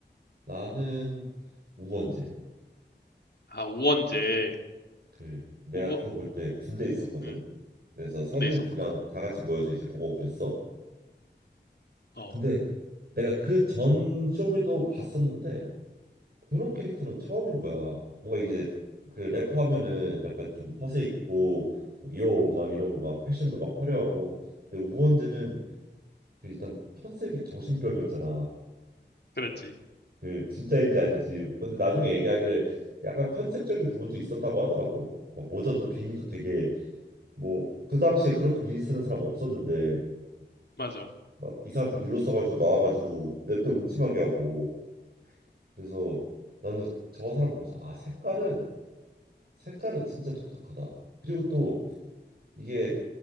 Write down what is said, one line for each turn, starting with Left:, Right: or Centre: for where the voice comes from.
Right: 나는 우원재
Left: 아 우원재
Right: 그 내가
Left: 우우
Right: 그거 볼 때 군대 있었거든
Left: 음,
Right: 그래서 선우님들이랑
Left: 군대 있었구나.
Right: 다 같이 모여서 이제 보고 그랬어
Left: 어
Right: 근데 내가 그 전 쇼미도 봤었는데 그런 캐릭터는 처음인 거야. 뭔가 이게 그 래퍼 하면은 약간 좀 허세 있고 요막 이러고 막 패션도 막 화려하고 근데 우원재는 그 일단 컨셉이 정신병이었잖아.
Left: 그랬지
Right: 그 진짜인지 아니지. 근데 나중에 얘기하기를 약간 컨셉적인 부분도 있었다고 하더라고. 막 모자도 비니도 되게 뭐 그 당시에 그렇게 비니 쓰는 사람 없었는데
Left: 맞아
Right: 막 이상하게 눌러 써가지고 나와가지고 랩도 음침하게 하고 그래서 나는 저 사람 보면서 아 색깔은 색깔은 진짜 독특하다. 그리고 또 이게